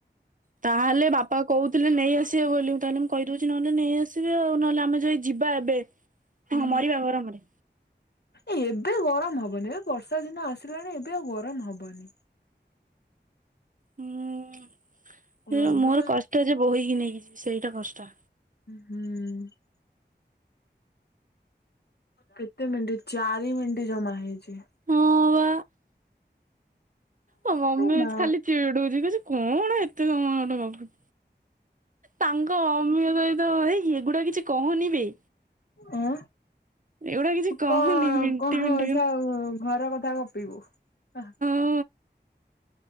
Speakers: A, on the right (about 45°); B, on the left (about 60°).
A: ତାହେଲେ ବା ପା କହୁଥିଲେ ନେଇ ଆସିବେ ବୋଲି ତାହେଲେ ମୁଁ କହିଦଉଚି ନହେନେ ନେଇ ଆସିବେ ଆଉ ନହେଲେ ଆମେ ଯାଇ ଯିବା ଏବେ।
B: ହୁଁ
A: ହଁ ମରିବା ଗରମରେ
B: ଏ ଏବେ ଗରମ ହବନି ବା ବର୍ଷା ଦିନ ଆସିଲାଣି ଏବେ ଆଉ ଗରମ ହବନି।
A: ହୁଁ ହେଲେ
B: ରଜ
A: ମୋର
B: ପାଇଁ
A: କଷ୍ଟ ଯେ ବୋହିକି ନେଇକି ଯିବି ସେଇଟା କଷ୍ଟ।
B: ଓହୋ କେତେ ମିନିଟ ଚାରି ମିନିଟ ଜମା ହେଇଚି।
A: ହଁ ବା ଆ ମୋ ମମି
B: ବା
A: ଚି ଖାଲି ଚିଡୁଚି କହୁଚି କଣ ଏତେ ସମୟ ଗୋଟେ ଗପୁଚୁ ତାଙ୍କ ଅମୀୟ ସହି ତ ହେଇ ଏଗୁଡା କିଛି କହନି ବେ
B: ଆଁ
A: ଏଗୁଡା କିଛି କହନି
B: କଣ
A: ମିଣ୍ଟି
B: କଁ ହେଇଚି
A: ମିଣ୍ଟି
B: ଆଉ ଘର କଥା ଗପିବୁ ଆହା
A: ଓ